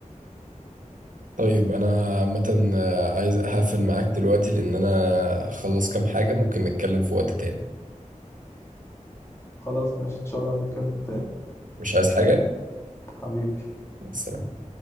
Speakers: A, on the right; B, on the left.
A: طيب انا عامه عايز اقفل معاك دلوقتي لان انا اخلص كام حاجه ممكن نتكلم في وقت تاني
B: خلاص ماشي ان شاء الله نتكلم تاني
A: مش عايز حاجه
B: حبيبي
A: مع السلامه